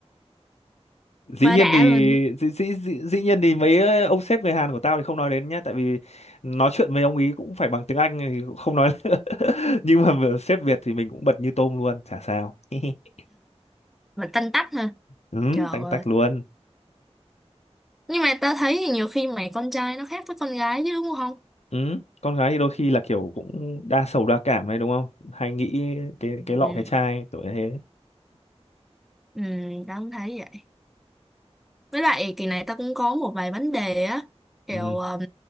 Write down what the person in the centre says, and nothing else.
quá
đã
luôn
mà tanh tách ha
trời
ơi
nhưng mà tao thấy nhiều khi mày con trai nó khác với con gái chứ đúng không
Ừ.
Ừ, tao cũng thấy vậy. Với lại kỳ này tao cũng có một vài vấn đề á. Kiểu
um,